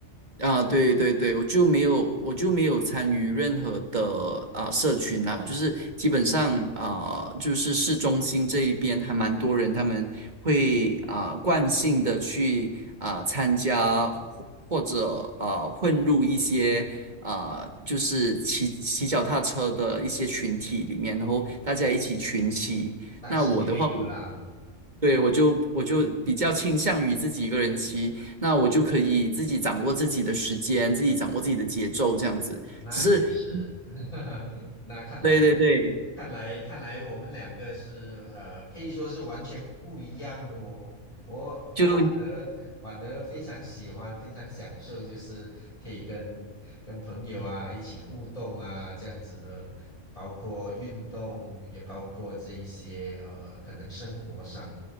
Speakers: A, on the right (about 35°); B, on the left (about 30°).
A: 啊，对对对，我就没有，我就没有参与任何的啊、社群啦，就是基本上啊、就是市中心这一边还蛮多人，他们会啊、惯性的去啊、参加或或者啊、混入一些啊、就是骑骑脚踏车的一些群体里面，然后大家一起群骑。
B: 但是你没有啦，
A: 那我的话，我对，我就我就比较倾向于自己一个人骑，那我就可以自己掌握自己的时间，自己掌握自己的节奏，这样子。
B: 那也是，
A: 只是，
B: <laughs> 那看来。
A: 对对对，
B: 看来看来我们两个是呃，可以说是完全不一样的哦。我我反而反而非常喜欢，
A: 就
B: 非常享受，就是可以跟跟朋友啊一起互动啊这样子的，包括运动，也包括这一些呃可能生活上，